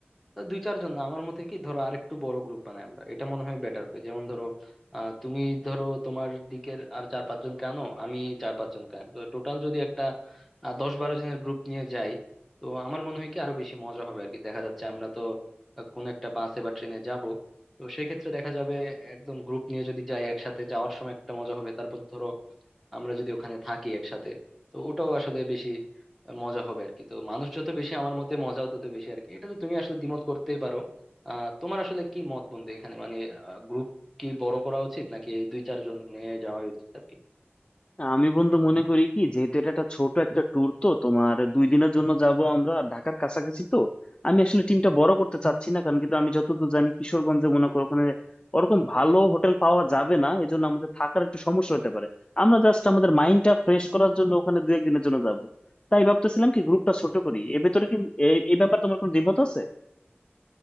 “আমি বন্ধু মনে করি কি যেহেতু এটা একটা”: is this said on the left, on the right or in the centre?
Left